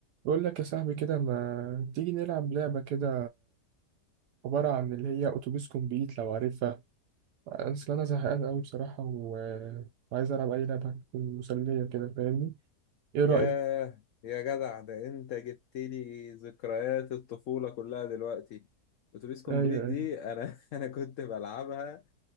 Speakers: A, on the right; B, on the left.
A: بقول لك يا صاحبي كده ما تيجي نلعب لعبة كده عبارة عن اللي هي أتوبيس كومبليت لو عارفها أصل أنا زهقان أوي بصراحة و... وعايز ألعب أي لعبة هتكون مسلية كده فاهمني إيه
B: ياه
A: رأيك؟
B: يا جدع ده انت جبت لي ذكريات الطفولة كلها دلوقتي اتوبيس كومبليت
A: أيوة
B: دي
A: أيوة
B: انا <laughs> انا كنت بلعبها